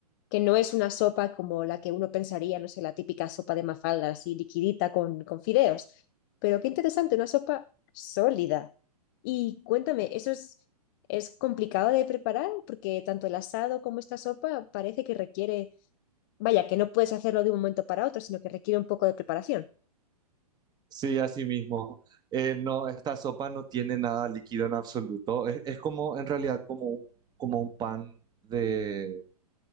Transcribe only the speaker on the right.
Sí, así mismo. Eh, no, esta sopa no tiene nada líquido en absoluto. Es, es como, en realidad, como un, como un pan de,